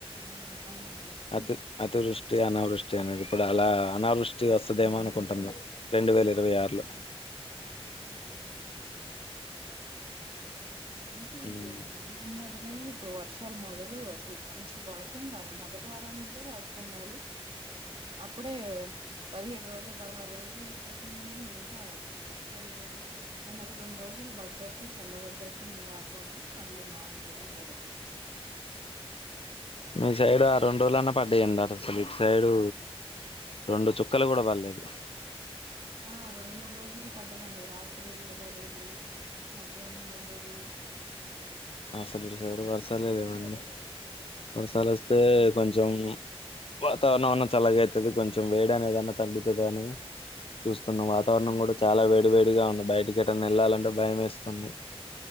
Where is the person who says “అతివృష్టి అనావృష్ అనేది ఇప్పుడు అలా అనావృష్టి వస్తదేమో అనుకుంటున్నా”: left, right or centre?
Left